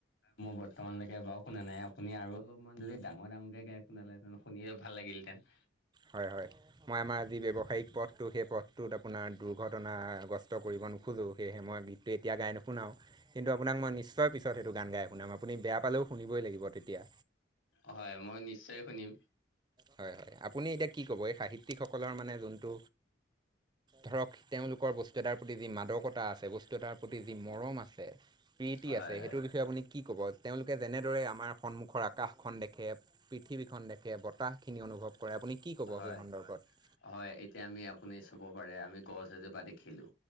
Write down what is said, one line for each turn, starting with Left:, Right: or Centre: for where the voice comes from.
Left: মই বৰ্তমানলৈকে বাৰুনা নাই আপুনি আৰু অলপমান যদি ডাঙৰ ডাঙৰকে গায়ক শুনালেহেতেন। শুনিয়ে ভাল লাগিলহেঁতেন।
Right: হয় হয় মই আমাৰ যি ব্যৱসায়িক পথ। তো সেই পথটোত আপোনাৰ দুৰ্ঘটনাগ্ৰস্ত কৰিব নোখোজোঁ সেয়েহে মই গীতটো এতিয়া গাই নুশুনাওঁ। কিন্তু আপোনাক মই নিশ্চয় পিছত সেইটো গান গাই শুনাম, আপুনি বেয়া পালেও শুনই লাগিব তেতিয়া।
Left: হয় মই নিশ্চয় শুনিম।
Right: হয় হয়, আপুনি এতিয়া কি ক'ব এই সাহিত্যিকসকলৰ মানে যোনটো। ধৰক তেওঁলোকৰ বস্তু এটাৰ প্ৰতি যি মাদকতা আছে বস্তু এটাৰ প্ৰতি যি মৰম আছে। প্ৰীতি
Left: হয়
Right: আছে
Left: হয়
Right: সেইটোৰ বিষয়ে আপুনি কি ক'ব। তেওঁলোকে যেনেদৰে আমাৰ সন্মুখৰ আকাশখন দেখে, পৃথিৱীখন দেখে বতাহখিনি অনুভৱ কৰে। কৰে আপুনি কি ক'ব
Left: হয়
Right: সেই সন্দৰ্ভত।
Left: হয়, এতিয়া আমি আপুনি চব পাৰে আমি গছ এজোপা দেখিলো